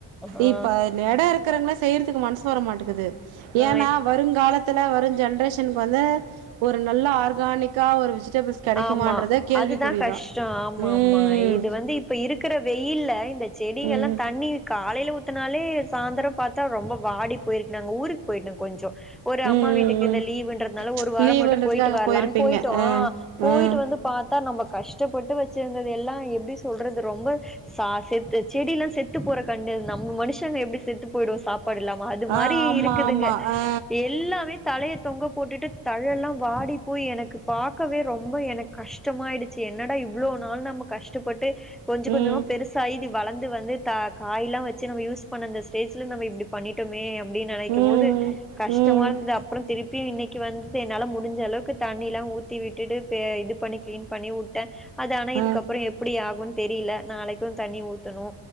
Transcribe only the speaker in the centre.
ஆ
ஆ
ஆமா
அதுதா கஷ்டோ ஆமா
ஆமா இது வந்து இப்ப இருக்குற வெயில்ல இந்த செடிங்கெல்லா
தண்ணி காலையில ஊத்துனாலே சாந்தரம் பாத்தா ரொம்ப வாடி போயிருக்கு நாங்க ஊருக்கு போயிட்டோ கொஞ்சோ ஒரு
அம்மா வீட்டுக்கு
இந்த லீவுன்றதுனால ஒரு வாரோ
மட்டு போயிட்டு வரலான்
போயிட்டோ
போயிட்டு
வந்து பாத்தா நம்ம கஷ்டப்பட்டு வச்சிருந்தது எல்லா எப்பிடி சொல்றது ரொம்ப ச செத்து செடில்லா செத்து போற கண்டது நம்ம மனுஷங்க எப்பிடி செத்து போய்டுவோ சாப் பாடுல்லாமா அது மாரி
இருக்குதுங்க
எல்லாமே தலைய தொங்க போட்டுட்டு தலயெல்லா வாடி போய் எனக்கு பாக்கவே ரொம்பவே எனக்கு கஷ்டமாயிடுச்சு. என்னடா இவ்ளோவு நாள் நம்ம கஷ்டப்பட் டு கொஞ்சோ கொஞ்சமா
பெருசாயி இது வளந்து வந்து தா காயெல்லா வச்சு நம்ம யூஸ் பண்ணந்த ஸ்டேஜ்ல நம்ம இப்டி பண்ணிட்டோமே அப்டி நெனைக்கும்போது
கஷ்டமாருந்து
அப்பறம் திருப்பி இன்னைக்கி வந்து என்னால முடிஞ்சளவுக்கு தண்ணியெல்லா ஊத்தி விட்டுட்டு பே இது பண்ணி கிளீன் பண்ணி உட்டே அது ஆனா இதுக்கு
அப்றோ எப்பிடி ஆகு தெரியல நாளைக்கியு தண்ணி ஊத்தணு